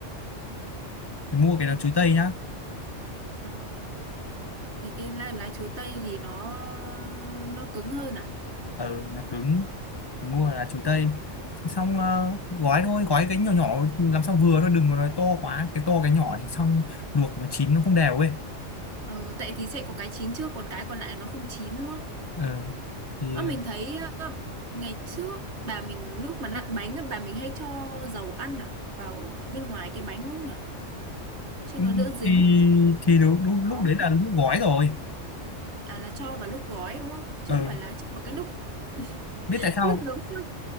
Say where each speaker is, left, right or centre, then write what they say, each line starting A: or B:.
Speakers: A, on the left (about 25°); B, on the right (about 65°).
A: thì mua cái
B: Ừ.
A: lá chuối tây nhá
B: ờ thì cái lá, lá chuối tây thì nó nó cứng hơn à
A: ờ nó cứng thì mua là chuối tây Thế xong ờ, gói thôi gói cái nhỏ nhỏ làm sao vừa thôi đừng có nói to quá cái to cái nhỏ thì xong luộc nó chín nó không đều ấy
B: ờ tại thì sẽ có cái chín trước còn cái còn lại nó không chín đúng không
A: Ờ. thì
B: ờ mình thấy ờ, ngày trước bà mình lúc mà nặn bánh á, bà mình hay cho dầu ăn à vào bên ngoài cái bánh đúng không nhỉ cho
A: ừ,
B: nó đỡ dính
A: thì thì đúng, đúng lúc
B: có không
A: đấy là
B: nhỉ
A: lúc gói rồi
B: à là cho vào lúc gói đúng không chứ
A: Ờ,
B: không phải là cho vào cái lúc
A: biết
B: <laughs>
A: tại sao
B: lúc nấu xong